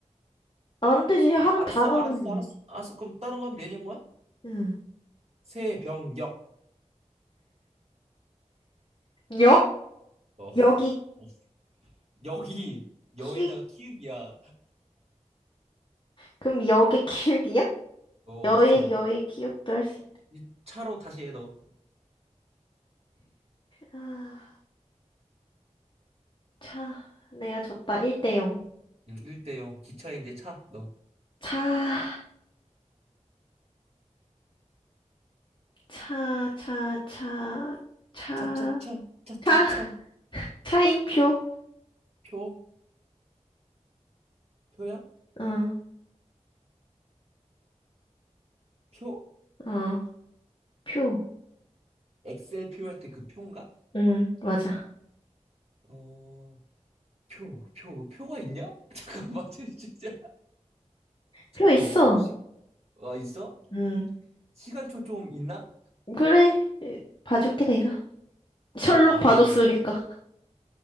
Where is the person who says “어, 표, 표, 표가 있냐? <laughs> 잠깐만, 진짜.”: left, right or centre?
Right